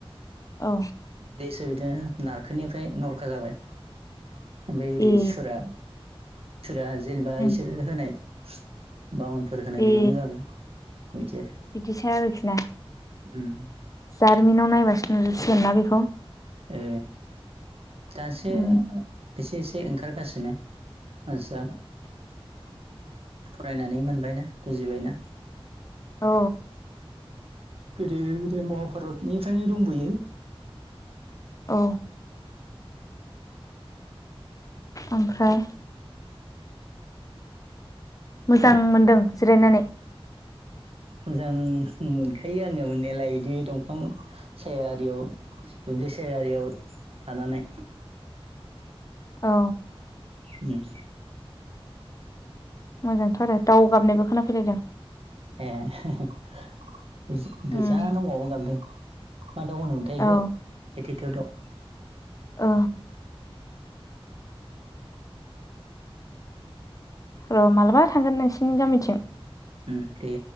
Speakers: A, on the left; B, on the right.
A: औ।
B: बेसो बिदो नारखोनिफ्राय नरखा जाबाय। ओमफाय इरै
A: ए
B: सुरा फोरा जेनेबा
A: उम
B: इसोर होनाय बाउनफोर होनाय
A: ए
B: बिमुं जाबाय। बिदि आरो
A: बिदिसो आरोखि ना
B: उम
A: जारिमिनाव नायबासो नुजोबसिगोन ना बेखौ।
B: ओ दासो
A: उम
B: एसे-एसे ओंखारगासिनो मानसिया। फरायनानै मोनबायना बुजिबायना।
A: औ।
B: गोदो-गोदो महाभारतनिफ्रायनो दंबोयो।
A: औ। ओमफ्राय? मोजां मोनदों जिरायनानै?
B: मोजां मोनखायो आङो मोननायालाय इदि दंफां साया आरियाव दुब्लिसेर आरियाव थानानै।
A: औ।
B: उम।
A: मोजांथ' आरो दाव गाबनायबो खोनाफैलायदों।
B: ए गोज-गोजानाव
A: उम
B: माबा गाबदों। मा दाव होनोमोनथाय बेखौ
A: औ
B: एटिटिउ दाउ।
A: ओ। र' मालाबा थांगोन नोंसिनि गामिथिं।
B: उम दे।